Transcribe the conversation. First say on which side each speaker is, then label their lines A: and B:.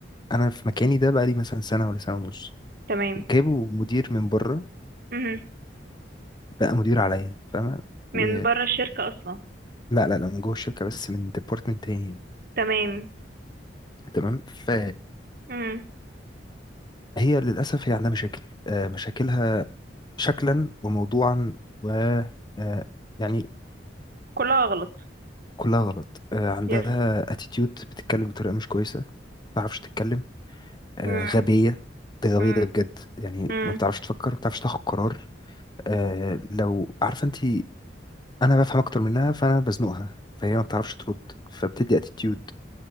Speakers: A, on the left (about 25°); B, on the right (about 55°).
A: انا في مكاني ده بقى لي مثلا سنه ولا سنه ونص
B: تمام
A: جابوا مدير من بره
B: مم.
A: بقى مدير عليا فاهمه
B: من
A: و...
B: بره الشركه اصلا
A: لا لا لا من جوه الشركه بس من ديبارتمنت تاني
B: تمام
A: تمام ف
B: مم.
A: هي للأسف هي عندها مشاكل آه، مشاكلها شكلا وموضوعا و آه، يعني
B: كلها غلط
A: كلها غلط آه، عندها
B: يس
A: اتيتيود بتتكلم بطريقة مش كويسة ما بتعرفش تتكلم آه،
B: مم.
A: غبية ده
B: مم.
A: غبية ده بجد يعني
B: مم.
A: ما بتعرفش تفكر ما بتعرفش تاخد قرار آه، لو عارفة انت انا بفهم اكتر منها فانا بزنقها فهي ما بتعرفش ترد فبتدي اتيتيود